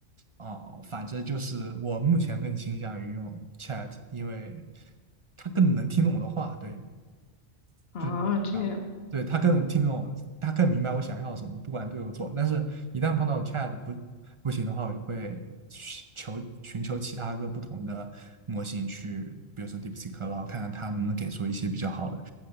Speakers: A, on the right (about 40°); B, on the left (about 55°).
A: 哦，反正就是我目前更倾向于用 Chat，因为它更能听懂我的话，对，
B: 啊，
A: 就是这样的对他更听懂，
B: 这样
A: 他更明白我想要什么，不管对或错。但是，一旦碰到 Chat 不不行的话，我就会寻求寻求其他个不同的模型去，比如说 DeepSeek，然后看看它能不能给出一些比较好的